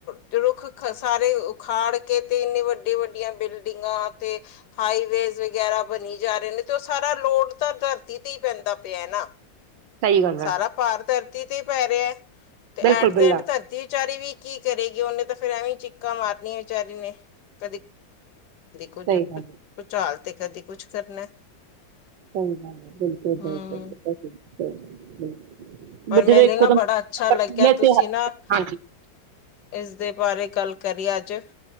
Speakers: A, on the left; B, on the right.
A: ਦੇ, ਰੁੱਖ ਸਾਰੇ ਉਖਾੜਕੇ, ਤੇ ਇਨੇ ਵੱਡੇ-ਵੱਡੀਆਂ ਬਿਲਡਿੰਗਾਂ ਤੇ ਹਾਈਵੇਜ਼ ਵਗੈਰਾ ਬਣੀ ਜਾ ਰਹੇ ਨੇ, ਤੇ ਉਹ ਸਾਰਾ ਲੋੜ ਤਾਂ ਧਰਤੀ ਤੇ ਹੀ ਪੈਂਦਾ ਪਿਆ ਨਾ।
B: ਸਹੀ ਗੱਲ ਐ,
A: ਸਾਰਾ ਭਾਰ ਧਰਤੀ ਤੇ ਹੀ ਪੈ ਰਿਹਾ, ਤੇ
B: ਬਿਲਕੁਲ-ਬਿਲਕੁਲ
A: ਐਟ ਦੇ ਐਂਡ ਧਰਤੀ ਤੇ ਵਿਚਾਰੀ ਵੀ ਕੀ ਕਰੇਗੀ, ਉਹਨੇ ਤਾਂ ਫਿਰ ਐਵੇਂ ਚਿੱਕਾਂ ਮਾਰਨੀਆਂ ਵਿਚਾਰੀ ਨੇ। ਕਦੀ, ਕਦੀ ਕੁੱਝ,
B: ਸਹੀ ਗੱਲ
A: ਭੂਚਾਲ
B: ਐ।
A: ਤੇ ਕਦੀ ਕੁੱਛ ਕਰਨਾ।
B: ਚੰ ਗੱਲ ਹੈ ਬਿਲਕੁਲ-ਬਿਲਕੁਲ
A: ਹਮ
B: <unintelligible>
A: ਪਰ
B: ਜਦੋਂ
A: ਮੈਨੂੰ
B: ਇੱਕੋਦਮ
A: ਨਾ ਬੜਾ ਅੱਛਾ
B: ਬਰਫੀਲੇ
A: ਲੱਗਿਆ। ਤੁਸੀਂ
B: ਤੇ ਹ-
A: ਨਾ
B: ਹਾਂਜੀ,
A: ਇਸਦੇ ਬਾਰੇ ਗੱਲ ਕਰੀਏ ਅੱਜ।